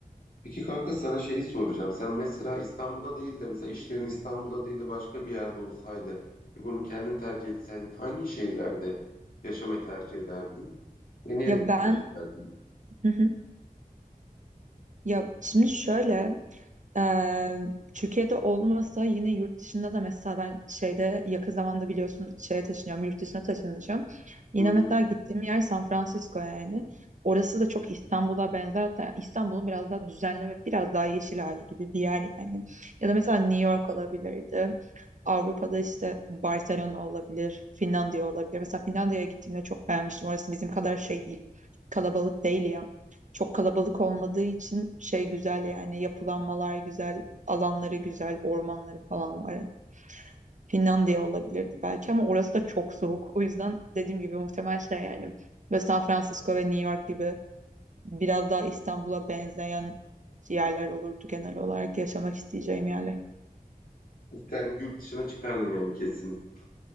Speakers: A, on the left; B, on the right.
A: Peki kanka sana şeyi soracağım. Sen mesela İstanbul'da değil de mesela işlerin İstanbul'da değil de başka bir yerde olsaydı ve bunu kendin tercih etsen hangi şehirlerde yaşamayı tercih ederdin? Ve niye
B: Ya ben
A: tercih ederdin?
B: Hı hı. ya şimdi şöyle Ee, Türkiye'de olmasa yine yurt dışında da mesela ben şeyde yakın zamanda biliyorsun şeye taşınıyorum yurt dışına taşınacağım. Yine
A: Hı hı.
B: mesela gittiğim yer San Francisco yani. Orası da çok İstanbul'a benzer hatta İstanbul'un biraz daha düzenli ve biraz daha yeşil hali gibi bir yer yani. Ya da mesela New York olabilirdi. Avrupa'da işte Barcelona olabilir, Finlandiya olabilir. Mesela Finlandiya'ya gittiğimde çok beğenmiştim. Orası bizim kadar şey değil, kalabalık değil ya. Çok kalabalık olmadığı için şey güzel yani yapılanmalar güzel, alanları güzel, ormanları falan var. Yani Finlandiya olabilirdi belki ama orası da çok soğuk. O yüzden dediğim gibi muhtemel şey yani ve San Francisco ve New York gibi biraz daha İstanbul'a benzeyen yerler olurdu genel olarak yaşamak isteyeceğim yerler.
A: Sen yurt dışına çıkardın yani kesin.